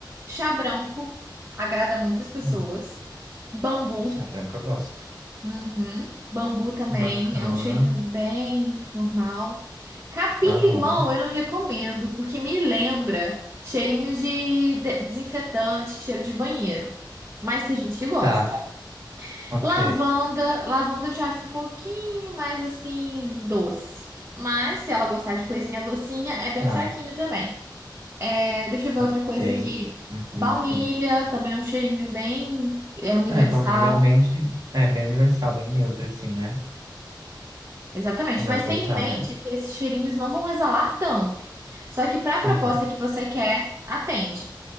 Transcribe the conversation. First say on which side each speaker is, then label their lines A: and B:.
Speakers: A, on the right; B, on the right.
A: chá branco agrada muitas pessoas,
B: Hum,
A: bambu,
B: chá branco eu gosto.
A: uhum, Bambu também
B: Bacana.
A: é um cheirinho bem normal. Capim-limão
B: Aham.
A: eu não recomendo, porque me lembra cheirinho de de- desinfetante, cheiro de banheiro. Mas tem gente que gosta.
B: Tá. Ok.
A: Lavanda, lavanda eu já acho um pouquinho mais assim doce. Mas se ela gostar de coisinha docinha, é bem
B: Tá.
A: fraquinho também. É, deixa eu ver
B: Ok.
A: outra coisa aqui.
B: Uhum,
A: Baunilha
B: sim.
A: também é um cheirinho bem é universal.
B: É, baunilha realmente é bem universal, bem neutro assim, né?
A: Exatamente,
B: Dá
A: mas
B: pra
A: tenha
B: usar
A: em mente
B: mesmo.
A: que esses cheirinhos não vão exalar tanto. Só que para a proposta
B: Exato.
A: que você quer, atende.